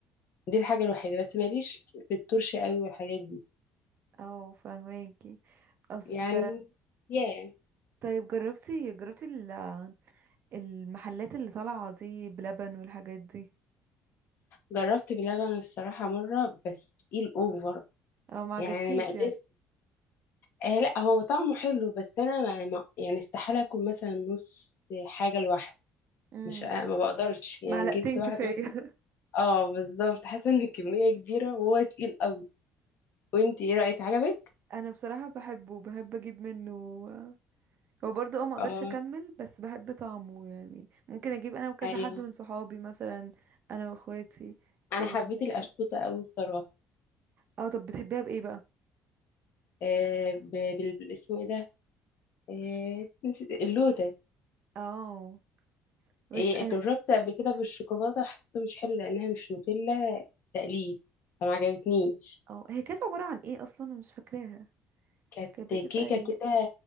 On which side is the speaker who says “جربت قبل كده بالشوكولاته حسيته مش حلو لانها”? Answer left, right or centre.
Left